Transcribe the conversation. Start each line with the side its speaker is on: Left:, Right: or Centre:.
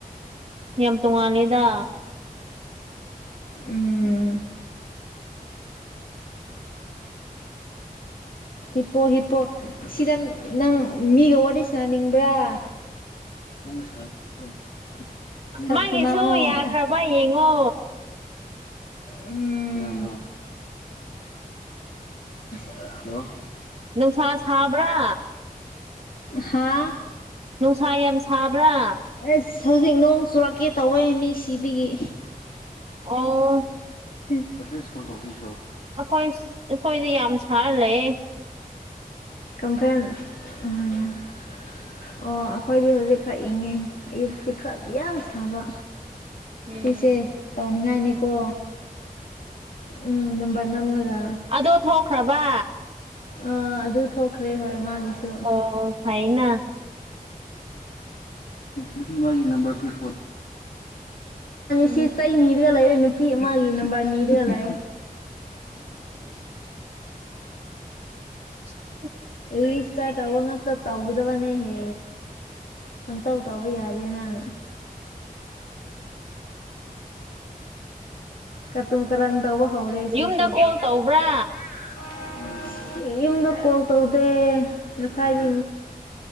Right: ꯌꯥꯝ ꯇꯣꯡꯉꯥꯜꯂꯦꯗ
Left: ꯎꯝ ꯍꯤꯄꯣ ꯍꯤꯄꯣ ꯁꯤꯗ ꯅꯪ ꯃꯤꯒ ꯋꯥꯔꯤ ꯁꯥꯅꯅꯤꯡꯕ꯭ꯔꯥ ꯅꯪꯒ <unintelligible> ꯁ
Right: ꯃꯥꯒꯤꯁꯨ
Left: ꯁꯅꯧꯋꯣ
Right: ꯌꯥꯈ꯭ꯔꯕ ꯌꯦꯡꯉꯣ
Left: ꯎꯝ <unintelligible> ꯍꯂꯣ
Right: ꯅꯨꯡꯁꯥ ꯁꯥꯕ꯭ꯔꯥ
Left: ꯍꯥꯥ
Right: ꯅꯨꯡꯁꯥ ꯌꯥꯝ ꯁꯥꯕ꯭ꯔꯥ
Left: ꯑꯁ ꯍꯧꯖꯤꯛ ꯅꯣꯡ ꯆꯨꯔꯛꯀꯦ ꯇꯧꯋꯦ ꯃꯤ ꯁꯤꯕꯒꯤ
Right: ꯑꯣ
Left: <unintelligible>
Right: ꯑꯩꯈꯣꯏ ꯑꯩꯈꯣꯏꯗꯤ ꯌꯥꯝ ꯁꯥꯔ ꯂꯩꯌꯦ
Left: ꯀꯝꯄ꯭ꯂꯦꯟ <unintelligible> ꯑꯣ ꯑꯩꯈꯣꯏꯗꯤ ꯍꯧꯖꯤꯛ ꯈꯛ ꯏꯪꯉꯦ ꯑꯌꯨꯛꯇꯤ ꯈꯔ ꯌꯥꯝ ꯁꯥꯕ
Right: ꯎꯝ
Left: ꯏꯁꯦ ꯇꯧꯅꯤꯡꯉꯥꯏꯅꯤꯀꯣ ꯎꯝ ꯅꯝꯕꯔ ꯅꯝꯂꯒ
Right: ꯑꯗꯨ ꯊꯣꯛꯈ꯭ꯔꯕ
Left: ꯑꯥ ꯑꯗꯨ ꯊꯣꯛꯈ꯭ꯔꯦ ꯍꯣꯏ ꯃꯥꯒꯤꯁꯨ
Right: ꯑꯣ ꯒꯩꯌꯦꯅ
Left: ꯅꯨꯄꯤꯝꯒꯤ
Right: ꯎꯝ
Left: <unintelligible> ꯁꯤ ꯆꯩꯅꯤꯗꯨ ꯂꯩꯔ ꯅꯨꯛꯇꯤ ꯃꯥꯒꯤꯦꯅꯝꯕꯅꯤꯔꯒ ꯂꯩ
Right: ꯎꯝ
Left: ꯏ ꯇ ꯇꯧꯉ ꯇ ꯇꯒꯗꯕꯅꯦ ꯍꯦ ꯄꯪꯇꯧ ꯇꯧꯕ ꯌꯥꯗꯦ ꯅꯪ ꯀ ꯇꯨ ꯀꯔꯟ ꯇꯧꯕ ꯍꯧꯔꯦ ꯁꯤꯁꯦ
Right: ꯌꯨꯝꯗ ꯀꯣꯜ
Left: ꯌꯨꯝꯗ
Right: ꯇꯧꯕ꯭ꯔꯥ
Left: ꯀ ꯇꯧꯗꯦ ꯉꯁꯥꯏꯒꯤ